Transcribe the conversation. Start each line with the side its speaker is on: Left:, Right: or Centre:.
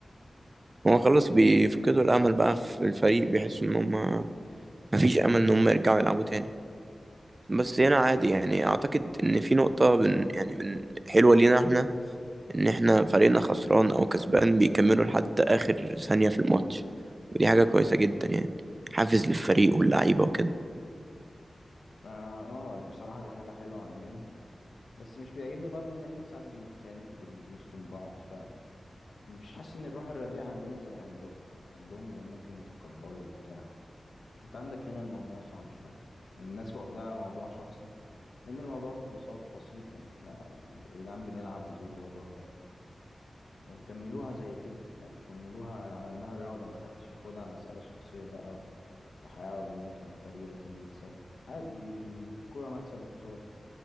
Right: هو خلاص بيفقدوا الامل بقى في الفريق بيحسوا ان هم مفيش امل ان هم يرجعوا يلعبوا تاني بس هنا عادي يعني اعتقد ان في نقطه بن يعني بن حلوه لينا احنا ان احنا فريقنا خسران او كسبان بيكملوا لحد اخر ثانية في الماتش ودي حاجة كويسة جدا يعني حافز للفريق واللعيبة وكده
Left: اه آه، بصراحه دي حاجه حلوه عندنا بس مش بيعجبني برضو ان احنا ساعات بنتخانق بنشتم بعض ف مش حاسس ان الروح الرياضيه عندنا زي عندهم يعني عندهم ممكن يتقبلوا وبتاع انت عندك هنا الموضوع صعب شوية الناس واخداها موضوع شخصي لأن الموضوع ببساطة بسيط يعني احنا يا جدعان بنلعب ودي رياضة فكملوها زي كده يعني كملوها على إنها رياضة ما حدش ياخدها مسألة شخصية بقى و- وحياة وموت وأنا فريق لازم يكسب عادي الكرة مكسب وخسارة